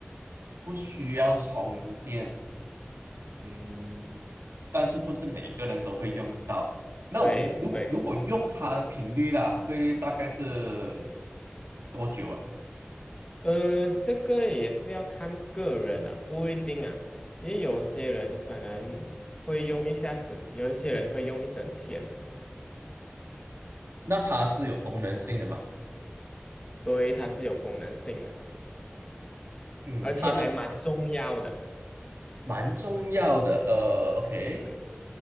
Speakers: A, on the right; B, on the left.
A: 不需要充电。嗯，但是不是每个人都会用到？那我们如果如果用它的频率啦，
B: 对对。
A: 会大概是多久啊？
B: 嗯，呃这个也是要看个人啊，不一定啊，因为有些人可能会用一下子，有一些人会用一整天，
A: 那它是有功能性的嘛？
B: 对，它是有功能性的，
A: 嗯，
B: 而且还蛮重要的。
A: 它的蛮重要的。呃，OK，
B: 对，